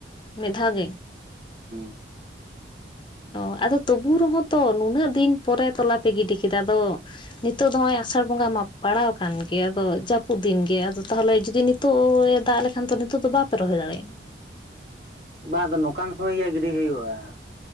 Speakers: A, on the left; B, on the right.
A: ᱢᱤᱫ ᱫᱷᱟᱣ ᱜᱮ?
B: <inaudible>
A: ᱚᱛ ᱟᱫᱚ ᱛᱚᱵᱩ ᱨᱮᱦᱚᱸ ᱛᱚ ᱱᱩᱱᱟᱹᱜ ᱫᱤᱱ ᱯᱚᱨᱮ ᱛᱚᱞᱟ ᱯᱮ ᱜᱤᱰᱤ ᱠᱮᱫᱟ ᱟᱫᱚ ᱱᱤᱛᱚᱜ ᱫᱚ ᱱᱚᱜ ᱚᱚᱭ ᱟᱥᱟᱲ ᱵᱚᱸᱜᱟ ᱯᱟᱲᱟᱣ ᱟᱠᱟᱱ ᱜᱮᱭᱟ ᱟᱫᱚ ᱡᱟᱹᱯᱩᱫ ᱫᱤᱱ ᱜᱮ ᱟᱫᱚ ᱛᱟᱦᱚᱞᱮ ᱡᱩᱫᱤ ᱱᱤᱛᱚᱜ ᱮ ᱫᱟᱜ ᱞᱮᱠᱷᱟᱱ ᱫᱚ ᱱᱤᱛᱚᱜ ᱫᱚ ᱵᱟᱯᱮ ᱨᱚᱦᱚᱭ ᱫᱟᱲᱮᱭᱟᱜᱼᱟ᱾
B: ᱵᱟᱝᱫᱚ ᱱᱚᱝᱠᱟᱱ ᱥᱚᱢᱚᱭ ᱜᱮ ᱜᱤᱰᱤ ᱦᱩᱭᱩᱜᱼᱟ᱾